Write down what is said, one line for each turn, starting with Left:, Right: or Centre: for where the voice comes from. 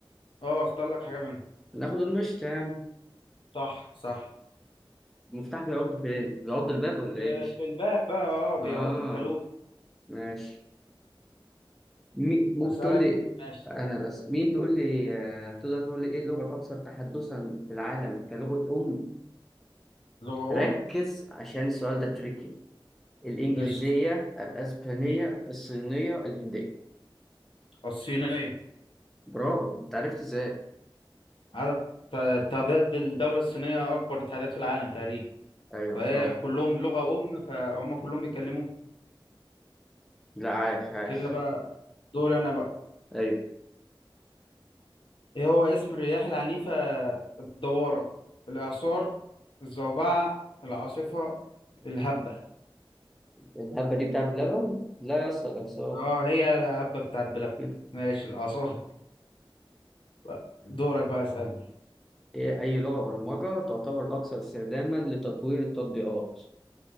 Left: اه اختار لك حاجة منهم
Centre: ناخد المشط يا عم
Left: صح صح
Centre: المفتاح بيعض فين؟ بيعض الباب ولا
Left: في
Centre: ايه مش؟
Left: في الباب بقى اه بيعض
Centre: اه
Left: الكالوت
Centre: ماشي مي- ممكن
Left: أسألك
Centre: تقول لي
Left: ماشي
Centre: انا بس مين تقول لي آه، تقدر تقول لي ايه اللغه الاكثر تحدثا في العالم كلغه ام
Left: لغة
Centre: ركز
Left: أم
Centre: عشان السؤال ده تريكي الانجليزيه
Left: قشط
Centre: الاسبانيه
Left: مم.
Centre: الصينيه الهنديه
Left: الصينية
Centre: برافو انت عرفت ازاي
Left: عدد تعداد الدولة الصينية أكبر تعداد في العالم تقريبا
Centre: ايوه
Left: فهي
Centre: برافو
Left: كلهم لغة أم فهم كلهم بيتكلموها
Centre: لا عاش عاش
Left: كده بقى دوري أنا بقى
Centre: ايوه
Left: إيه هو اسم الرياح العنيفة الدوارة الإعصار الزوبعة العاصفة الهبة
Centre: الهبه دي بتاع بلبن لا يصل احصاء
Left: اه هي الهبة بتاع بلبن
Centre: <laughs>
Left: ماشي الإعصار بقى. دورك بقى اسألني
Centre: إيه اي لغه برمجه تعتبر الاكثر استخداما لتطوير التطبيقات